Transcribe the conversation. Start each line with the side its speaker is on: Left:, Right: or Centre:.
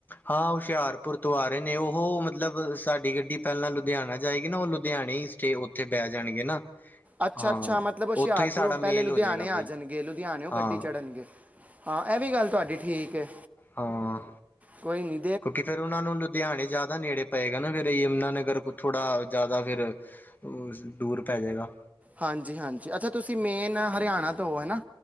Left: ਹਾਂ ਹੁਸ਼ਿਆਰਪੁਰ ਤੋਂ ਆ ਰਹੇ ਨੇ ਉਹ ਮਤਲਬ ਸਾਡੀ ਗੱਡੀ ਪਹਿਲਾਂ ਲੁਧਿਆਣਾ ਜਾਏਗੀ ਨਾ ਉਹ ਲੁਧਿਆਣੇ ਹੀ ਤੇ ਉੱਥੇ ਬਹਿ ਜਾਣਗੇ ਨਾ
Right: ਅੱਛਾ
Left: ਹਾਂ
Right: ਅੱਛਾ ਮਤਲਬ ਹੁਸ਼ਿਆਰਪੁਰ
Left: ਉੱਥੋਂ ਹੀ ਸਾਡਾ
Right: ਪਹਿਲੇ
Left: ਮੇਲ
Right: ਲੁਧਿਆਣੇ
Left: ਹੋ ਜਾਏਗਾ
Right: ਆ
Left: ਬਈ।
Right: ਜਾਣਗੇ ਲੁਧਿਆਣੇਓ
Left: ਹਾਂ
Right: ਗੱਡੀ ਚੜ੍ਹਨਗੇ ਹਾਂ ਇਹ ਵੀ ਗੱਲ ਤੁਹਾਡੀ ਠੀਕ ਹੈ
Left: ਹਾਂ।
Right: ਕੋਈ ਨੀ
Left: ਕਿਉਂਕਿ ਫੇਰ ਉਹਨਾਂ ਨੂੰ ਲੁਧਿਆਣੇ ਜ਼ਿਆਦਾ ਨੇੜੇ ਪਏਗਾ ਨਾ ਫੇਿਰ ਯਮੁਨਾ ਨਗਰ ਥੋੜ੍ਹਾ ਜ਼ਿਆਦਾ ਫੇਿਰ ਦੂਰ ਪੈ ਜਾਏਗਾ
Right: ਹਾਂਜੀ ਹਾਂਜੀ ਅੱਛਾ ਤੁਸੀਂ ਮੇਨ ਹਰਿਆਣਾ ਤੋਂ ਹੈ ਨਾ